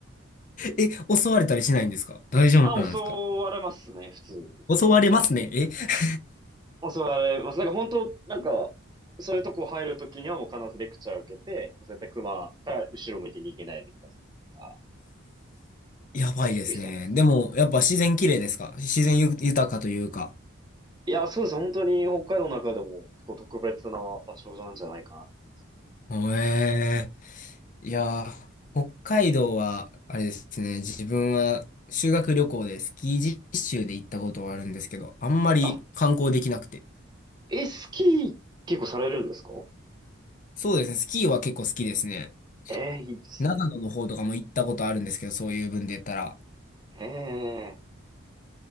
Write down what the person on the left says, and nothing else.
え、襲われたりしないんですか大丈夫なんですか
襲われますね。え <laughs>
やばいですね。
でも、やっぱ自然綺麗ですか自然ゆ豊かというか。
おえいやー、北海道は、あれですね、自分は修学旅行でスキー実習で行ったことはあるんですけど、あんまり観光できなくて。
そうですね、スキーは結構好きですね。
長野の方とかも行ったことあるんですけど、そういう分で言ったら。